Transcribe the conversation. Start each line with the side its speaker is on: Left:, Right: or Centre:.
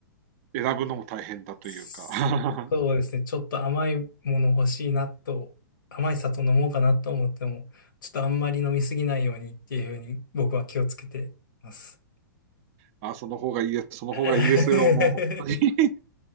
Right: 選ぶのも大変だというか
Left: そうですね。
Right: <laughs>
Left: ちょっと甘いもの欲しいなと、甘い砂糖飲もうかなと思っても、ちょっとあんまり飲みすぎないようにっていうふうに僕は気をつけてます。
Right: あ、その方がいいです、その方がいいですよ、
Left: <laughs>
Right: もう、本当に